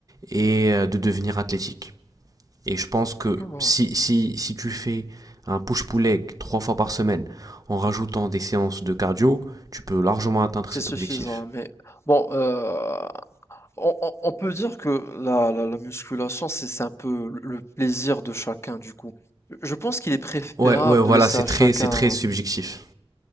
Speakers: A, on the right; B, on the left.
A: et euh, de devenir athlétique. Et je pense que
B: Tu vois,
A: si, si, si tu fais un push-pull leg trois fois par semaine en rajoutant des séances de cardio, tu peux largement atteindre
B: C'est
A: cet
B: suffisant.
A: objectif.
B: Mais bon, euh, on, on- on peut dire que la, la, la musculation, c'est c'est un peu le plaisir de chacun, du coup. Je je pense qu'il est préférable
A: Ouais, ouais, voilà,
B: de laisser
A: c'est
B: à
A: très,
B: chacun,
A: c'est très subjectif.